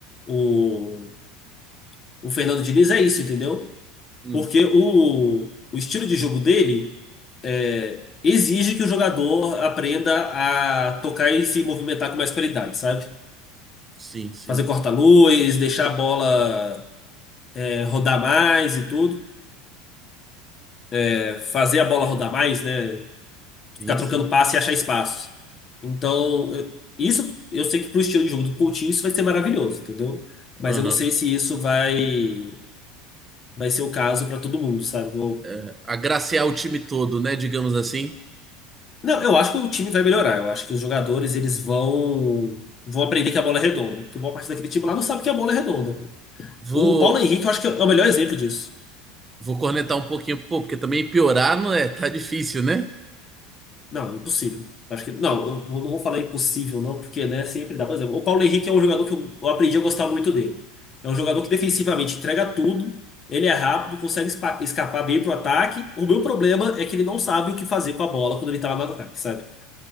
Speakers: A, on the left; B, on the right.
A: o, o Fernando Diniz é isso, entendeu?
B: Hum,
A: Porque o, o estilo de jogo dele é, exige que o jogador aprenda a tocar e se movimentar com mais qualidade, sabe?
B: sim, sim,
A: Fazer corta-luz, deixar a bola é, rodar mais e tudo. É, fazer a bola rodar mais, né? ficar
B: sim,
A: trocando
B: sim.
A: passe e achar espaços. Então, eu- isso eu sei que pro estilo de jogo do Coutinho isso vai ser maravilhoso, entendeu? Mas
B: Aham.
A: eu não sei se isso vai vai ser o caso para todo mundo, sabe? Eu-
B: eh, agraciar o time todo, né? Digamos assim.
A: não, eu acho que o time vai melhorar. Eu acho que os jogadores eles vão vão aprender que a bola é redonda, porque boa parte daquele time lá não sabe que a bola é redonda. pô.
B: Vou,
A: O Paulo Henrique eu acho que é o melhor exemplo disso.
B: vou cornetar um pouquinho, pô, porque também piorar não é, tá difícil, né?
A: Não, impossível. Acho que. Não, eu não vou falar impossível, não, porque, né, sempre dá. Por exemplo, o Paulo Henrique é um jogador que eu, eu aprendi a gostar muito dele. É um jogador que defensivamente entrega tudo, ele é rápido, consegue espa- escapar bem pro ataque. O meu problema é que ele não sabe o que fazer com a bola quando ele tá lá no ataque, sabe?